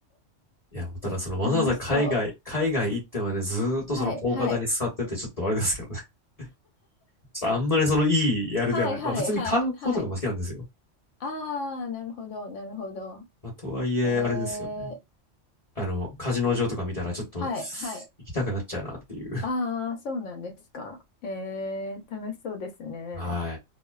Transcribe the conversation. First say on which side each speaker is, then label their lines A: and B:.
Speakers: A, on the left; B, on the left.
A: いや、もうただそのわざわざ海外、
B: 楽しそ
A: 海外行ってまでずーっとそのポーカー台に座ってるってちょっとあれですけどね。
B: う。はい、はい。
A: <laughs> ちょっとあんまりそのいいあれではない。
B: はい、はい、
A: まあ普通に観光とかも好きなんですよ。
B: はい、はい。ああ、なるほど、なるほど。
A: まあとはいえあれですよね。
B: えー、
A: あの、カジノ場とか見たらちょっと
B: はい、はい。
A: 行きたくなっちゃうなっていう。
B: ああ、そうなんですか。えー、楽しそうですね。
A: <laughs> はい。